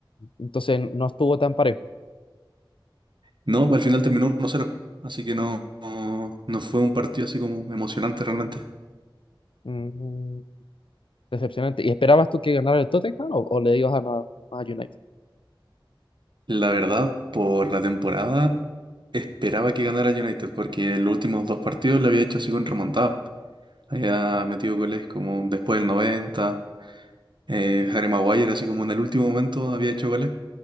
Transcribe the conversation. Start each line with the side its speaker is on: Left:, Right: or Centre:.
Left: Entonces, no estuvo tan parejo.
Right: No, al final terminó 1 cero, así que no, no, no fue un partido así como emocionante realmente.
Left: Mm, Decepcionante. ¿Y esperabas tú que ganara el Tottenham o, o le ibas a, Ma- a United?
Right: La verdad, por la temporada, esperaba que ganara el United, porque en los últimos dos partidos le había hecho así con remontada. Había metido goles como después del 90. eh, Harry Maguire, así como en el último momento, había hecho goles.